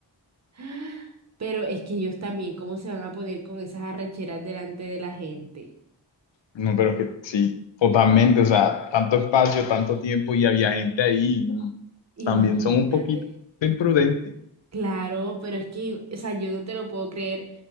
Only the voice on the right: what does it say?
<gasps> Pero es que ellos también, ¿cómo se van a poner con esas arrecheras delante de la gente?
Imagínate.
Claro, pero es que, o sea, yo no te lo puedo creer.